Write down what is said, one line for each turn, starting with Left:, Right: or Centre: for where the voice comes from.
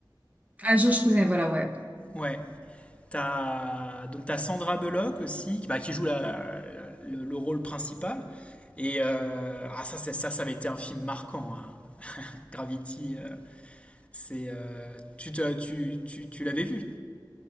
Right: Ah, George Clooney, voilà, ouais.
Left: Ouais. T'as, donc t'as Sandra Bullock aussi, qui, bah, qui joue la- la- le, le rôle principal. Et euh, ah, ça, c'est- ça, ça avait été un film marquant. hein. Gravity, euh, c'est, euh, tu, te- tu, tu, tu l'avais vu.